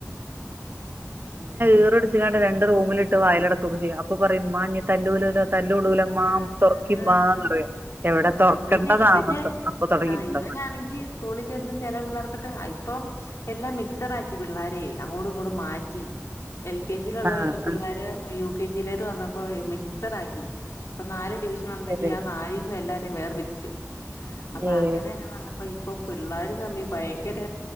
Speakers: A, on the left (about 70°); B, on the right (about 45°).
A: <inaudible> ഉം
B: തീറടിച്ചാണ്ട് രണ്ട് റൂമിലിട്ട് വയിലടക്കും ചെയ്യും അപ്പൊ പറയും ഉമ്മ ഇനി തല്ലൂലു തല്ലൂടുല്ല മ്മാ
A: ആഹ്
B: തൊറക്കിമ്മാന്ന്‌ പറയും എവിടെ തുറക്കണ്ട
A: ഇവന് ഇവന്
B: താമസം അപ്പൊ തുടങ്ങിട്ടുണ്ടാവും
A: ആഹ് ഇവനാണെങ്കി
B: അവിടുത്തെ
A: സ്കൂളിൽ ചെന്ന് ചില പിള്ളേർക്കിട്ട് ആ ഇപ്പം എല്ലാം മിക്സട് ആക്കി പിള്ളരേ അങ്ങോടും ഇങ്ങൂടും മാറ്റി എൽ കെ ജിയിലുള്ള
B: ആഹ്
A: പിള്ളാര്
B: ആഹ്
A: യു കെ ജിയിലേട്ട് വന്നപ്പോ മിക്സടാക്കി ഇപ്പൊ നാല് ഡിവിഷൻ ഉണ്ടെങ്കി
B: ശരി
A: ആ നാലിൽ നിന്നും എല്ലാരേം വേർ തിരിച്ചു അപ്പൊ
B: ഏഹ്
A: അങ്ങനെ അങ്ങനെ വന്ന അ ഇപ്പൊ പിള്ളേര് തമ്മി ഭയങ്കര